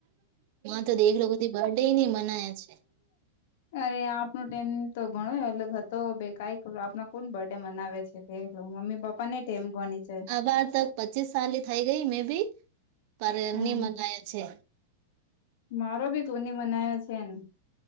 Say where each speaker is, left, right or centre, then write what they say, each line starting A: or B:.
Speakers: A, on the right (about 50°); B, on the left (about 55°).
A: તો દેખ લોકોથી બર્ ડે નહ મને બના છે
B: અરે આપણું ટેન તો ગણો એટલે હતો બે કઈક આપનો કોણ બર્થડે મનાવે છે તે મમ્મી પપ્પા ને એમ ગણી છે
A: આબાર તક પચીસ સાલી થઈ ગઈ મે બી પરની
B: હમ
A: મનાય છે
B: મારો ભી કોની મનાયો છેને